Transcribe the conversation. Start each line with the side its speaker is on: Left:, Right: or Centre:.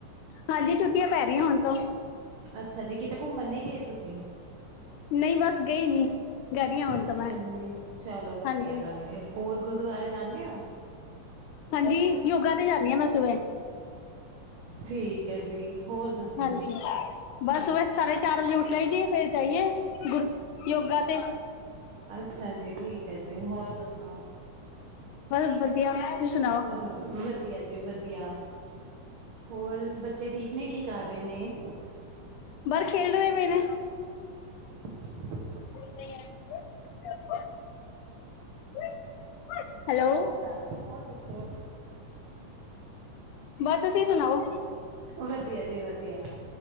Left: ਹਾਂਜੀ ਛੁੱਟੀਆਂ ਪੈ ਰਹੀਆਂ ਹੁਣ ਤੋਂ
Right: ਅੱਛਾ ਜੀ ਕਿਤੇ ਘੁੰਮਣ ਨੀ ਗਏ ਤੁਸੀਂ
Left: ਨਹੀਂ ਬਸ ਗਈ ਨੀ ਰਹੀ ਹਾਂ ਹੁਣ
Right: ਅੱਛਾ
Left: ਤਾਂ ਮੈਂ
Right: ਜੀ ਚਲੋ ਵਧੀਆ
Left: ਹਾਂਜੀ
Right: ਗੱਲ ਹੋਰ ਗੁਰਦੁਆਰੇ ਜਾਂਨੇ ਹੋ
Left: ਹਾਂਜੀ ਯੋਗਾ ਤੇ ਜਾਂਦੀ ਹਾਂ ਮੈਂ ਸਵੇਰੇ
Right: ਠੀਕ ਹੈ ਜੀ ਹੋਰ ਦੱਸੋ
Left: ਹਾਂਜੀ ਬਸ ਸੁਬਹ ਸਾਢੇ ਚਾਰ ਵਜੇ ਉੱਠਣਾ ਹੀ ਜੀਏ ਫੇਿਰ ਜਾਈਏ ਗੁਰੂ ਯੋਗਾ ਤੇ
Right: ਅੱਛਾ ਜੀ ਠੀਕ ਜੀ ਹੋਰ ਦੱਸੋ
Left: ਬਸ ਵਧੀਆ ਤੁਸੀਂ ਸੁਣਾਓ
Right: ਵਧੀਆ ਜੀ ਵਧੀਆ ਹੋਰ ਬੱਚੇ ਠੀਕ ਨੇ ਕੀ ਕਰ ਰਹੇ ਨੇ-
Left: ਬਾਹਰ ਖੇਲਦੇ ਪਏ ਨੇ
Right: <inaudible>
Left: <inaudible> ਹੈਲੋ
Right: ਹੋਰ ਦੱਸ ਹੋਰ ਦੱਸੋ?
Left: ਬਸ ਤੁਸੀਂ ਸੁਣਾਓ?
Right: ਵਧੀਆ ਜੀ ਵਧੀਆ